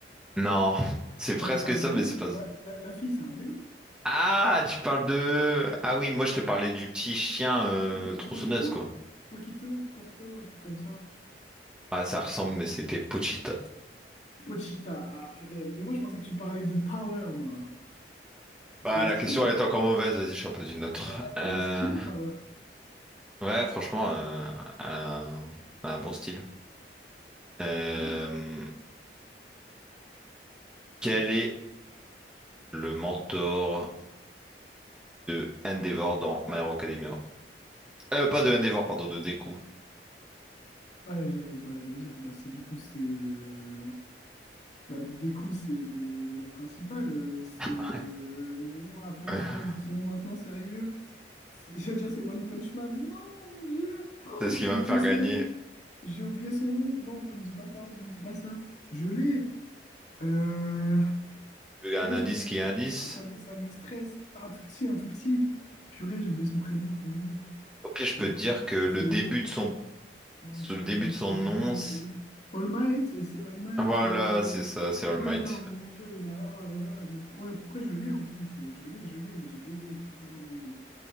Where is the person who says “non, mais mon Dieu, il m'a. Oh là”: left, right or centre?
Left